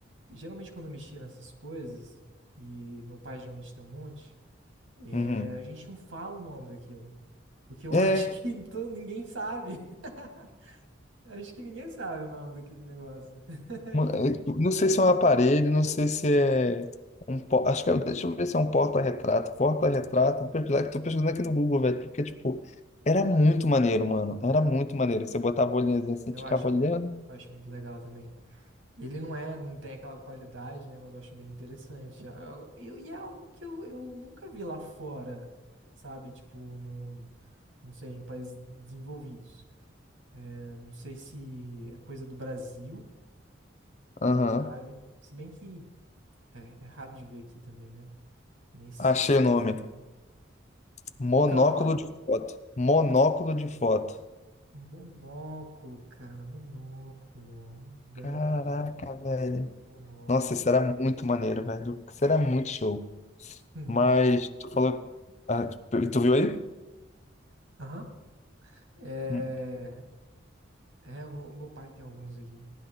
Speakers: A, on the right (about 85°); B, on the left (about 35°).
A: geralmente quando eu mexia nessas coisas, e meu pai geralmente tem um monte, é,
B: Uhum.
A: a gente não fala o nome daquilo. Porque eu
B: É,
A: acho <laughs> que to- ninguém sabe. <laughs> Acho que ninguém sabe o nome daquele negócio. <laughs> Acho
B: Mano,
A: que,
B: eu tipo, Não sei se é um aparelho,
A: é,
B: não sei se é um. po- Acho que é, deixa eu ver se é um porta-retrato. Porta-retrato, vou pesquisar, que tô pesquisando aqui no Google, velho, porque, tipo, era muito maneiro, mano. Era muito maneiro. Você botava a olhinha assim, você
A: eu
B: ficava
A: acho
B: olhando.
A: muito, eu acho muito legal também. Ele não é, não tem aquela qualidade, né? Mas eu acho bem interessante. Ah, eu- E é algo que eu, eu nunca vi lá fora, sabe? Tipo, no, não sei, em países desenvolvidos. É, não sei se é coisa do Brasil,
B: Aham.
A: sabe? Se bem que é, é raro de ver aqui também, né? Nem se-
B: Achei
A: a gente
B: o nome.
A: não faz, né?
B: Monóculo
A: Qual que é o nome?
B: de foto. Monóculo de foto.
A: Monóculo, cara, monóculo. Grande.
B: Caraca, velho.
A: Monóculo.
B: Nossa, isso era muito maneiro, velho. Isso era muito show.
A: <laughs>
B: Mas tu falou. Ah, tu tu viu aí?
A: Aham. É,
B: Hum.
A: É, o o meu pai tem alguns aqui.